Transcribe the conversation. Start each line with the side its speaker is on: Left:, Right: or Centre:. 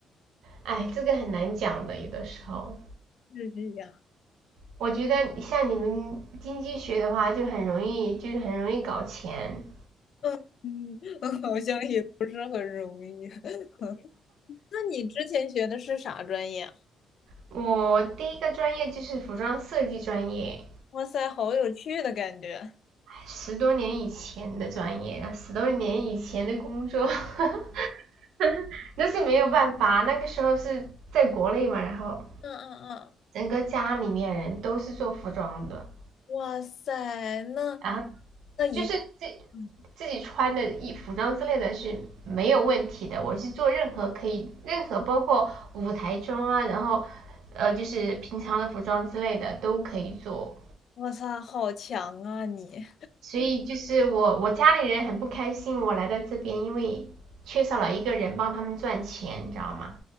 Right: 哎，这个很难讲的，有的时候。
Left: 是这样，
Right: 我觉得像你们经济学的话，就很容易，就是很容易搞钱。
Left: 嗯嗯，<laughs> 好像也不是很容易。<laughs> 那你之前学的是啥专业啊
Right: 我第一个专业就是服装设计专业，
Left: 哇塞，好有趣的感觉。
Right: 十多年以前的专业，十多年以前的工作，<laughs> 那是没有办法。那个时候是在国内嘛，然后
Left: 嗯嗯嗯，
Right: 整个家里面人都是做服装的，
Left: 哇塞，那
Right: 然后
Left: 那一个，
Right: 就是自
Left: 嗯，
Right: 自己穿的衣服装之类的是没有问题的。我是做任何可以，任何包括舞台装啊，然后呃就是平常的服装之类的都可以做，
Left: 哇塞，好强啊你！
Right: 所以就是我我家里人很不开心，我来到这边，因为缺少了一个人帮他们赚钱，你知道吗？